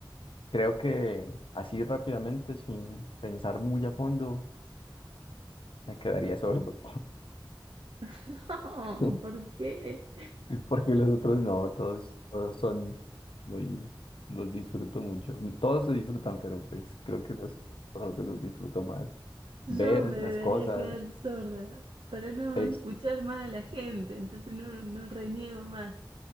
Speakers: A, on the left; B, on the right.
A: creo que así rápidamente, sin pensar muy a fondo, me quedaría sordo.
B: <laughs> No,
A: <laughs>
B: ¿por qué?
A: Porque los otros no, todos, todos son muy, los disfruto mucho. Todos se disfrutan, pero pues creo que los, los otros los disfruto más.
B: Yo
A: Ver
B: me debería
A: las cosas.
B: quedar sorda para no
A: Ex,
B: escuchar más a la gente, entonces no, no reniego más.